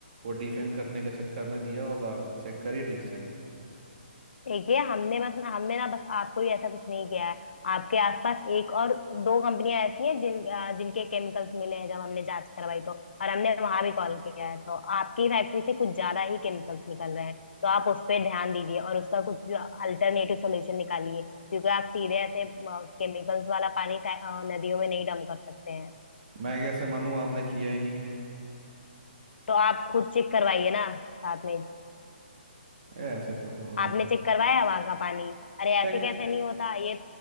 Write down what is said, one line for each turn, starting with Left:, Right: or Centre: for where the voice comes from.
Right: वो डिफेम करने के चक्कर में दिया होगा आप चेक करिए ठीक से
Left: देखिए हमने मतलब हमने ना बस आपको ही ऐसा कुछ नहीं किया है आपके आसपास एक और दो कंपनियां ऐसी हैं जिन अ, जिनके केमिकल्स मिले हैं जब हमने जांच करवाई तो और हमने वहां भी कॉल किया है तो आपकी फैक्ट्री से कुछ ज्यादा ही केमिकल्स निकल रहे हैं तो आप उस पर ध्यान दीजिए और उसका कुछ जो अल्टरनेटिव सोल्यूशन निकालिए क्योंकि आप सीधे ऐसे केमिकल्स वाला पानी फै- अ, नदियों में नहीं डम कर सकते हैं
Right: मैं कैसे मानूँ आपने किया ही नहीं किया
Left: तो आप खुद चेक करवाइए ना साथ में
Right: ये ऐसे थोड़े होता
Left: आपने
Right: है मैडम
Left: चेक करवाया वहां का पानी अरे
Right: चेक
Left: ऐसे कैसे नहीं होता ये